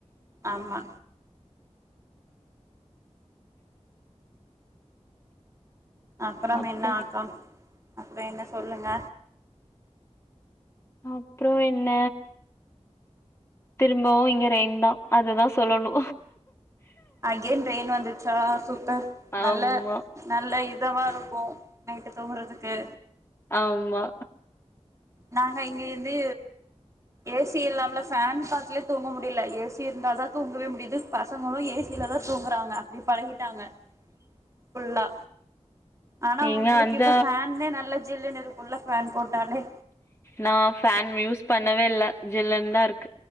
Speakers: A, on the right; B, on the left.
A: ஆமா அப்புறம்
B: அப்றோ
A: என்ன அக்கா அப்ற என்ன சொல்லுங்க
B: அப்ரோ என்ன திரும்பவு இங்க ரெயின்தா அதுதா சொல்லணு
A: அகைன் ட்ரெய்ன் வந்துச்சா சூப்பர்
B: ஆமா
A: நல்ல நல்ல இ இதமா இருக்கு நைட்டு தூங்றதுக்கு
B: ஆமா
A: நாங்க இங்க வந்து ஏசி இல்லாமல ஃபேன் காத்து தூங்க முடியல ஏசி இருந்தாதா தூங்கவே முடியுது பசங்களு ஏசியிலதா தூங்குறாங்க அப்டி பழகிடாங்க புல்லா ஆனா
B: நீங்க
A: உங்ளுக்கு
B: அந்த
A: இப்ப ஃபேன்லயே நல்ல ஜில்லுனு இரு ஃபுல்ல ஃபேன் போட்டாலே
B: நா ஃபேன் யூஸ் பண்ணவே இல்ல ஜில்லுன்தா இருக்கு